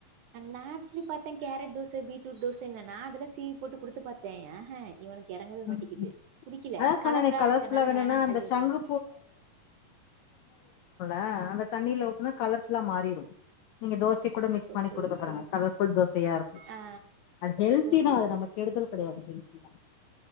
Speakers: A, on the right (about 70°); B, on the left (about 80°).
A: நாச்சலி பாத்தே கேரட் தோச பீட்ரூட் தோச. நான் அதெல்லாம் சீவி போட்டு குடுத்து பார்த்தேன். ஆஹ இவனுக்கு இறங்கவே மாட்டேக்குது
B: ம்
A: பிடிக்கல
B: அதான் சொன்னேனே
A: கலர்
B: கலர்ஃபுல்லா
A: இருக்கனால
B: வேணும்னா
A: வேணான்னு
B: அந்த
A: தள்ளி விட்றான்.
B: சங்கு ஆ, அந்த தண்ண ஊத்துனா கலர் ஃபுல்லா மாறிறும். நீங்க தோசை கூட மிக்ஸ்
A: ஓகே
B: பண்ணி கொடுத்து
A: ஓகே
B: பாருங்க. கலர்புல் தோசை. அப்படியா இருக்கு.
A: ஆ
B: அது ஹெல்தி
A: ஓகே
B: தான். அது
A: ஓகே
B: நம கெடுதல் கிடையாது. ஹெல்தி தான்.